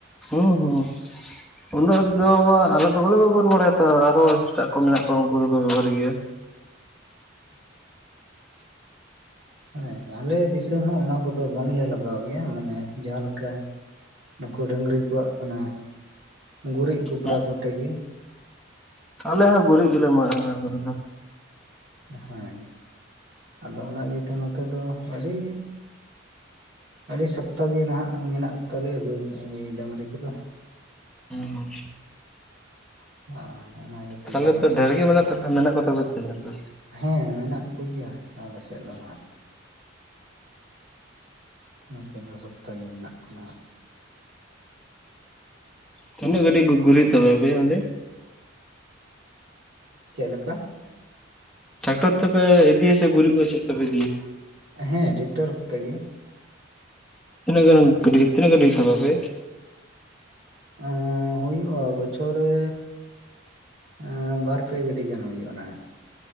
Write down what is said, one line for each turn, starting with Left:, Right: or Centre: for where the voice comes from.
Centre: ᱦᱩᱸ ᱦᱩᱸ᱾ ᱩᱱᱟᱹᱜ ᱫᱚ ᱦᱟᱸᱜ ᱟᱞᱮ ᱫᱚ ᱵᱟᱞᱮ ᱵᱮᱵᱚᱦᱟᱨ ᱵᱟᱲᱟᱭᱟ ᱛᱚ ᱟᱨᱦᱚᱸ ᱮᱴᱟᱜ ᱠᱚ ᱢᱮᱱᱟᱜ ᱠᱚᱣᱟ ᱩᱱᱠᱩ ᱫᱚᱠᱚ ᱵᱮᱵᱚᱦᱟᱨ ᱜᱮᱭᱟ᱾
Right: ᱦᱮᱸ ᱟᱞᱮ ᱫᱤᱥᱚᱢ ᱦᱚᱸ ᱚᱱᱟ ᱠᱚᱫᱚ ᱵᱟᱝᱞᱮ ᱞᱟᱜᱟᱣ ᱜᱮᱭᱟ ᱢᱟᱱᱮ ᱡᱟᱦᱟᱸᱞᱮᱠᱟ ᱱᱩᱠᱩ ᱰᱟᱹᱝᱨᱤ ᱠᱚᱣᱟᱜ ᱠᱟᱱᱟ ᱜᱩᱨᱤᱡᱽ ᱜᱚᱵᱨᱟ
Centre: ᱦᱮᱸ
Right: ᱠᱚᱛᱮ ᱜᱮ᱾
Centre: ᱟᱞᱮ ᱦᱚᱸ ᱜᱩᱨᱤᱡᱽ ᱜᱮᱞᱮ ᱮᱢᱟᱜᱼᱟ ᱚᱱᱟ ᱠᱚᱨᱮ ᱫᱚ᱾
Right: ᱦᱮᱸ ᱟᱫᱚ ᱚᱱᱟ ᱤᱭᱟᱹ ᱛᱮ ᱱᱚᱛᱮ ᱫᱚ ᱟᱹᱰᱤ ᱟᱹᱰᱤ ᱥᱚᱠᱛᱚ ᱜᱮ ᱱᱟᱦᱟᱜ ᱢᱮᱱᱟᱜ ᱠᱚᱛᱟᱞᱮᱭᱟ ᱜᱟᱹᱭ ᱰᱟᱹᱝᱨᱤ ᱠᱚᱫᱚ᱾
Centre: ᱦᱩᱸ ᱦᱩᱸ᱾
Right: <unintelligible>
Centre: ᱛᱟᱦᱚᱞᱮ
Right: ᱡᱟᱦᱟᱱᱟᱜ
Centre: ᱛᱚ ᱰᱷᱮᱨ ᱜᱮ ᱢᱮᱱᱟᱜ ᱠᱚᱛᱟ ᱢᱮᱱᱟᱜ ᱠᱚ ᱛᱟᱯᱮ ᱛᱟᱦᱚᱞᱮ ᱛᱚ᱾
Right: ᱦᱮᱸ ᱢᱮᱱᱟᱜ ᱠᱚᱜᱮᱭᱟ ᱟᱞᱮᱥᱮᱫ ᱫᱚ ᱱᱟᱦᱟᱜ᱾ ᱱᱚᱛᱮ ᱫᱚ ᱥᱚᱠᱛᱚ ᱜᱮ ᱢᱮᱱᱟᱜ ᱠᱚ ᱱᱟᱦᱟᱜ᱾
Centre: ᱛᱤᱱᱟᱹᱜ ᱜᱟᱹᱰᱤ ᱠᱩ ᱜᱩᱨᱤᱡᱽ ᱛᱟᱯᱮ ᱟᱯᱮᱭᱟ ᱚᱸᱰᱮ?
Right: ᱪᱮᱫ ᱞᱮᱠᱟ?
Centre: ᱴᱟᱠᱴᱚᱨ ᱛᱮᱯᱮ ᱤᱫᱤᱭᱟ ᱥᱮ ᱜᱩᱨᱤᱡᱽ ᱠᱚ ᱪᱮᱫ ᱛᱮᱯᱮ ᱤᱫᱤᱭᱟ?
Right: ᱦᱮᱸ ᱴᱮᱠᱴᱚᱨ ᱠᱚᱛᱮ ᱜᱮ᱾
Centre: ᱛᱤᱱᱟᱹᱜ ᱜᱟᱱ ᱜᱟᱹᱰᱤ ᱛᱤᱱᱟᱹᱜ ᱜᱟᱹᱰᱤ ᱦᱩᱭᱩᱜ ᱛᱟᱯᱮ ᱟᱯᱮ?
Right: ᱮᱸᱻ ᱦᱩᱭᱩᱜᱼᱟ ᱵᱚᱪᱷᱚᱨ ᱨᱮ ᱟᱸᱻ ᱵᱟᱨ ᱯᱮ ᱜᱟᱹᱰᱤ ᱜᱟᱱ ᱦᱩᱭᱩᱜᱼᱟ ᱱᱟᱦᱟᱜ᱾